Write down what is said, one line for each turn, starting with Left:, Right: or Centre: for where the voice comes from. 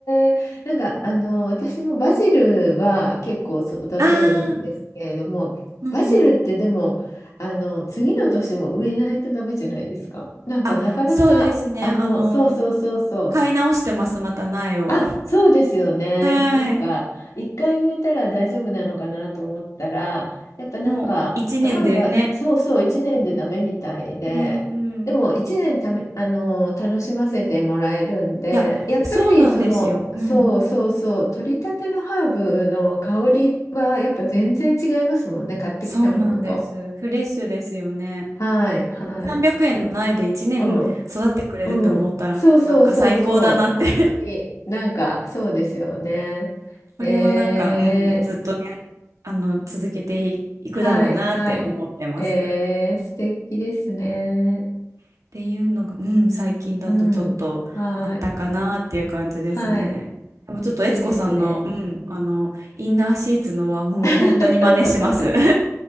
Left: え。なんか、あの、私もバジルは結構育てるんですけれども、
Right: <laughs> ああ、うんうん。
Left: バジルってでも、あの、次の年も植えないとダメじゃないですか。なんか、
Right: あ、
Left: なかなか、
Right: そうですね。
Left: あの、
Right: あの、
Left: そうそうそうそう。
Right: 買い直してます、また苗を。
Left: あ、そうですよね。
Right: はい。
Left: なんか、一回植えたら大丈夫なのかなと思ったら、やっぱなんか、
Right: もう一年でね。
Left: ハーブは、そうそう、一年でダメみたいで、
Right: うんうん。
Left: でも一年ため、
Right: い
Left: あの、楽しませてもらえるんで、
Right: や、
Left: やっぱりその、
Right: そうなんですよ。うん
Left: そうそうそう、取りたてのハーブの香りはやっぱ全然違いますもんね、買ってきたものと。
Right: そうなんです。フレッシュですよね。
Left: はい、はい。
Right: 300円の苗で1年育ってくれると思ったらもうなんか最高だなって。
Left: うん。うん、そうそうそうそう、本当になんかそうですよね。
Right: <laughs> これはなんか、
Left: えー、
Right: うん、ずっとね、あの、続けていくだろうなって思ってます。
Left: はいはい。えー、素敵ですね。
Right: っていうのが、うん、最近だとちょっとあったかなっていう感じですね。
Left: うん、はいはい、
Right: でもちょっと悦子さんの、
Left: いいですね。
Right: うん、あの、インナーシーツのはもう本当に真似します。
Left: <laughs>